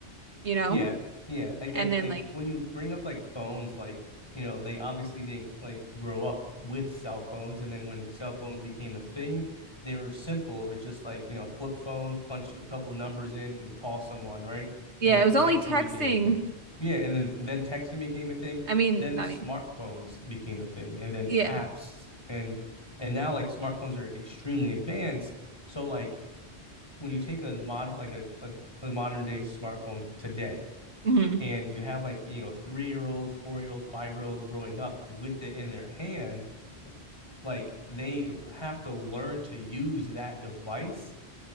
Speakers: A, on the right; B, on the left.
A: you know?
B: Yeah, yeah. I like
A: And then
B: like
A: like
B: when you bring up like phones, like you know, they obviously didn't like grow up with cell phones, and then when cell phones became a thing, they were simple. It was just like you know, flip phone, punch a couple numbers in, and call someone, right?
A: yeah,
B: And then
A: it was only
B: texting
A: texting.
B: became a thing. Yeah, and then then texting became a thing.
A: I mean,
B: Then
A: not
B: smartphones
A: e-
B: became a thing, and then
A: yeah.
B: apps, and and now like smartphones are extremely advanced. So like when you take a modern like a, a a modern day smartphone today
A: hmm
B: and you have like you know three year old four year old five year old growing up with it in their hand like they have to learn to use that device